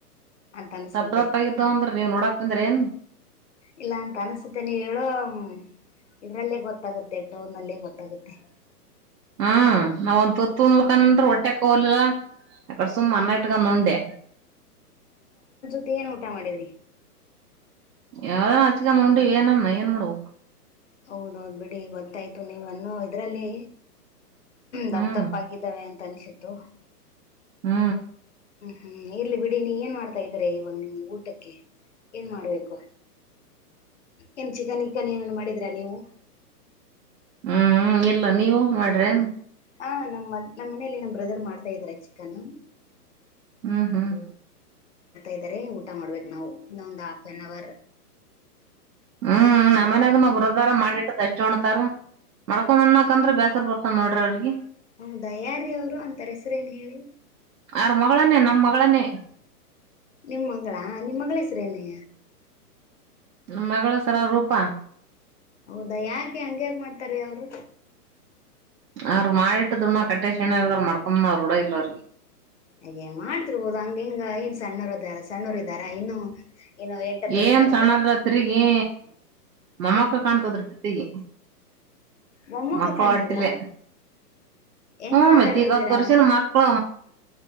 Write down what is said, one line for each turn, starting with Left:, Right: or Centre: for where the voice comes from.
Left: ಅಂತ್ ಅನಸುತ್ತೆ.
Right: ತಪ್ಪ ತಪ್ಪ ಆಗಿದ್ದಾವ ಅಂದ್ರ ನೀವ್ ನೋಡಾಕ್ ಬಂದ್ರ ಏನ್
Left: ಇಲ್ಲ ಅಂತ್ ಅನಸ್ತುತ್ತೆ ನೀವ್ ಹೇಳೋ <unintelligible> ಇದ್ರಲ್ಲೇ ಗೊತ್ತಾಗುತ್ತೆ ಟೋನ್ ಅಲ್ಲೇ ಗೊತ್ತಾಗುತ್ತೆ
Right: ಹ್ಮ ನಾವ್ ಒಂದ್ ತುತ್ತ್ ಉಣಬೇಕಾನನ್ ಒಟ್ಟೆಕ ಹೋಗಲಿಲ್ಲ ಅಕಡೆ
Left: ಹ್ಮ್
Right: ಸುಮ್ ಅನ್ನ ಇಟ್ಕೊಂಡ ಉಂಡೆ.
Left: ಮದ್ ಏನ್ ಊಟ ಮಾಡಿದ್ರಿ.
Right: ಯಾವ್ ಆಚ್ಕ್ ಉಂಡಿವಿ ಏನ ಏನ್ ಮಾಡ್ಬೇಕು.
Left: ಹೌದೌದ್ ಬಿಡಿ ಗೊತ್ತಾಯ್ತು ನೀವುನ್ನೋ ಇದರಲ್ಲಿ ದಪ್ಪಪ್
Right: ಹ್ಮ್
Left: ದಪ್ಪ್ ಆಗಿದ್ದಾವೆ ಅಂತ್ ಅನ್ಸುತ್ತೆ ತು
Right: ಹ್ಮ
Left: ಹ್ಮ್ ಇರ್ಲಿ ಬಿಡಿ ನೀ ಏನ್ ಮಾಡ್ತಾ ಇದ್ದ್ರರಿ ಇವಾಗ್ ನಿಮ್ ಊಟಕ್ಕೆ. ಏನ್ ಮಾಡ್ಬೇಕು. ಏನ್ ಚಿಕನ್ ಇಕ್ಕನ್ ಏನನ್ ಮಾಡಿದೀರಾ ನೀವು.
Right: ಹ್ಮ್ ಎಲ್ಲ ನೀವು ಮಾಡ್ರೆ.
Left: ಹಾ ನಮ್ಮ್ ನಮ್ಮ್ ಮನೆ ನಮ್ ಬ್ರದರ್ ಮಾಡ್ತಾ ಇದಾರೆ ಚಿಕನ್
Right: ಹ್ಮ್ ಹ್ಮ್
Left: ಇದಾರೆ ಊಟ ಮಾಡ್ಬೇಕು ನಾವು ಇನ್ನೊಂದು ಹಾಫ್ ಆನ್ ಅವರ್
Right: ಹ್ಮ್ ನಮನ್ಯಾಗ್ ನ ಬರದಾರ ಮಾಡಿಟ್ಟತ್ ಅಷ್ಟ ಹೊಣ್ತಾರ ಮಡ್ಕೊಂಡ್ಣಾಕಂದ್ರ ಬೇಸರ್ ಬರ್ತನ್ ನೋಡ್ರಿ ಅವ್ರಗಿ.
Left: ಹೌದಾ ಯಾರೀ ಅವರು ಅಂತಾರ ಹೆಸ್ರೇನ್ ಹೇಳಿ
Right: ಆರ ಮಗಳನೆ ನಮ್ ಮಗಳನೆ.
Left: ನಿಮ್ ಮಗಳಾ ನಿಮ್ಮ್ ಮಗಳ್ ಹೆಸರು ಏನೆ.
Right: ನಮ್ ಮಗಳ ಸರ ರೂಪಾ
Left: ಹೌದಾ ಯಾಕೆ ಹಂಗಕ್ ಮಾಡ್ತಾರೆ ಅವರು.
Right: ಅವ್ರರು ಮಾಡಿ ಇಟ್ಟ್ ಊಣ ಕಟ್ಟೆ ಶಣ ಇರ್ದಾರ ಮ್ಕಮ್ನ ರೂಢ ಇ ಅವ್ರಿಗೆ.
Left: ಹಾಗ್ ಮಾಡ್ತಿರ್ಬೋದು ಹಂಗಗೆನ್ ನ್ ಸಣ್ಣರದ ಸಣ್ಣೂರ್ ಇದಾರ ಇನ್ನು ಏನು ಎಂಟತ್ತು ವರ್ಷ
Right: ಏನ್
Left: ಆಗಿದೆ
Right: ಸಣ್ಣದ್ ತಿರುಗಿ ಮೊಮ್ಮಕ್ಕ ಕಾಣ್ತದ್ಟ ತಿಗಿ
Left: ಮೊಮ್ಮಕ್ಳ
Right: ಮಕ್ಳು
Left: ಕಾಣ್ತಿದ್ರ
Right: ಹೊಟ್ಟಲೆ
Left: ಹೆಂಗ್
Right: ಹ
Left: ಮಾತಾಡ್ತಿದೀರಾ
Right: ಮತ್ತ್ ಈಗ್ ಹತ್ತ್ ವರ್ಷನ ಮಕ್ಳು